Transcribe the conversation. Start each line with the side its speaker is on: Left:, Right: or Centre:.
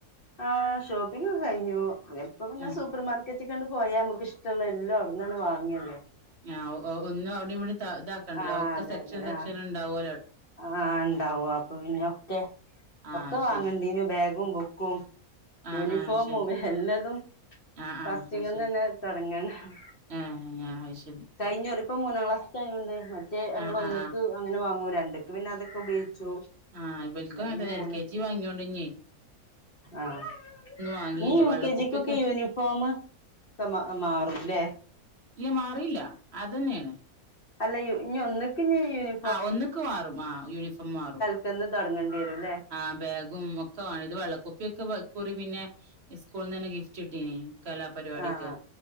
Left: ആഹ് ഷോ പ്പിങ്ങാക്കെ കഴിഞ്ഞു ഇപ്പ പിന്നെ
Right: ആ
Left: സൂപ്പർ മാർക്കറ്റ് കാണ്ട് പോയാ മ്മക്ക് ഇഷ്ടള്ള എല്ലാ അവിട്ന്നണ്ട് വാങ്ങല്ലേ.
Right: ആഹ് ഒഒന്നു അവിടിവിടിം ത ഇതാക്കാണ്ടല്ലോ
Left: ആ
Right: ഒക്കെ
Left: അതെ
Right: സെക്ഷൻ
Left: അതെ
Right: സെക്ഷൻ
Left: ആ
Right: ഇണ്ടാവോ
Left: ആ ഇണ്ടാവും അപ്പൊ പിന്നെ ഒക്കെ
Right: ആ
Left: ഒക്കെ വാങ്ങണ്ടീന്
Right: ശരി
Left: ബാഗും ബു ക്കും
Right: ആ
Left: യൂണിഫോമും
Right: ആ ശരി
Left: എല്ലതും
Right: ആ
Left: ഫസ്റ്റിങ്ങന്നന്നെ
Right: ആ ആ ശരി
Left: തൊട്ങ്ങണം
Right: ഏ ആ ശരി
Left: കഴിഞ്ഞൊറി ഇപ്പൊ മൂന്നാം ക്ലാസ് ക്കായോണ്ട്. മറ്റ് നമ്മൾ
Right: ആ
Left: ഒന്നക്ക്
Right: ആ ആ
Left: അങ്ങനെ വാങ്ങു രണ്ട്ക്ക് പിന്നെ അതൊക്കെ ഉപയോഗിച്ചു
Right: ആഹ് ഇവൽക്കും
Left: പിന്നെ
Right: അങ്ങൻ
Left: പിന്നെ
Right: തന്നെഎൽ
Left: മൂന്നക്ക്
Right: കെ ജി വാങ്ങിയോണ്ട് ഇഞ്ഞ്
Left: ആഹ്
Right: വാങ്ങിയില്ല
Left: ഇഞ്ഞ് യു
Right: വെള്ളക്കുപ്പിയൊക്കെ
Left: കെ ജി കൊക്കെ യൂനിഫോം മ് ഒക്കെ മാ മാറുംല്ലേ
Right: ഇല്ല മാറിയില്ല അ തന്നെയാണ്
Left: അല്ല ഇ ഇഞ് ഒന്ന്ക്ക് ഞ്ഞ് യൂണി
Right: ആഹ് ഒന്നക്ക് മാറും. ആ യൂണിഫോം മാറും
Left: ക്കന്ന് തുടങ്ങണ്ടി വരുംല്ലേ
Right: ആഹ് ബാഗും ഒക്കെ വാങ്ങണം. ഇത് വെള്ളക്കുപ്പി ഇക്കുറി പിന്നെ ഈ സ്കൂളിൽ നിന്ന് തന്നെ ഗിഫ്റ്റ് കിട്ടി കലാപരിപാടിക്ക്
Left: ആഹ്